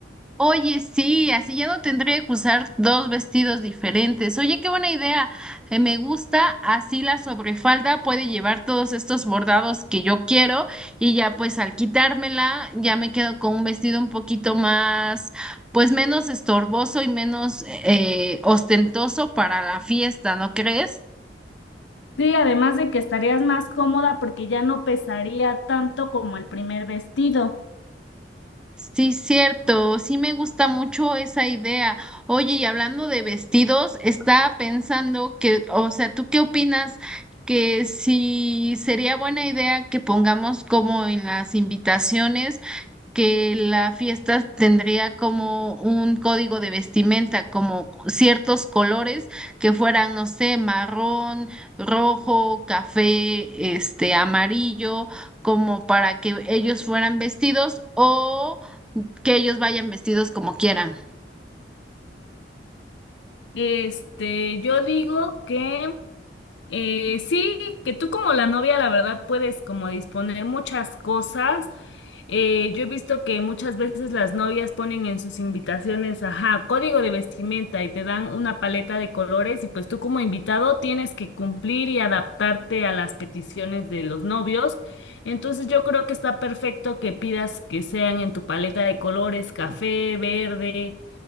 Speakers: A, in the centre; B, on the left.
A: Oye, sí, así ya no tendré que usar dos vestidos diferentes. Oye, qué buena idea. eh, me gusta, así la sobrefalda puede llevar todos estos bordados que yo quiero y ya pues al quitármela ya me quedo con un vestido un poquito más, pues menos estorboso y menos eh, ostentoso para la fiesta, ¿no crees?
B: Sí, además de que estarías más cómoda porque ya no pesaría tanto como el primer vestido.
A: Sí, cierto, sí me gusta mucho esa idea. Oye, y hablando de vestidos, estaba pensando que, o sea, ¿tú qué opinas que si sería buena idea que pongamos como en las invitaciones? que la fiesta tendría como un código de vestimenta, como ciertos colores que fueran, no sé, marrón, rojo, café, este, amarillo, como para que ellos fueran vestidos o que ellos vayan vestidos como quieran.
B: Este, yo digo que Eh, sí, que tú como la novia, la verdad, puedes como disponer muchas cosas. Eh, yo he visto que muchas veces las novias ponen en sus invitaciones, ajá, código de vestimenta y te dan una paleta de colores y pues tú como invitado tienes que cumplir y adaptarte a las peticiones de los novios. Entonces yo creo que está perfecto que pidas que sean en tu paleta de colores, café, verde.